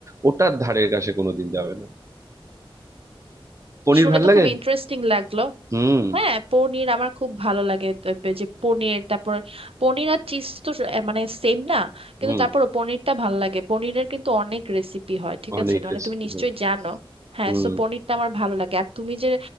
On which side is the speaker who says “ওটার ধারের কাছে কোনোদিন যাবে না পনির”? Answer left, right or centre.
Right